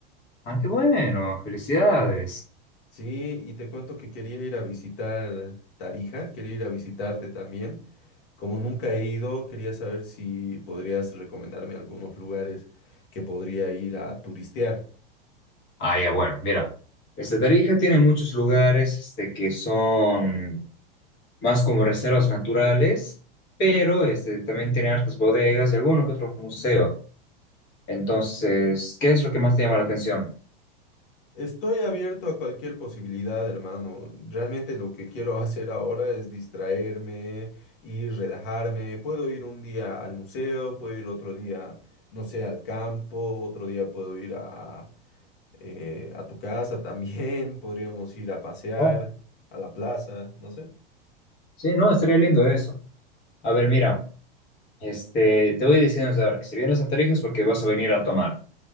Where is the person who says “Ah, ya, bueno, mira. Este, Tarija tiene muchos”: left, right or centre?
Left